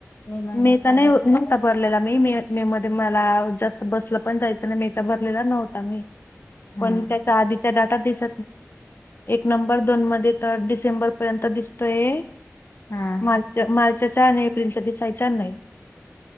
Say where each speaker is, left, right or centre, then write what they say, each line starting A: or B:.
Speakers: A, on the left (about 70°); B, on the left (about 45°).
A: मे महिन्याचा
B: मीता नाही
A: डाटा
B: न्हवता भरलेला. मी, मे-मे मध्ये मला जास्त बसलं. पण जायचं नाही मे चा भरलेला नव्हता मी.
A: हा
B: पण त्याच्या आधीच्या डाटा दीस एक नंबर दोन मधे येत डिसेंबरर त ये
A: हा
B: मालच्या मालच्या जाने, एप्रिलच दिसायच नाही.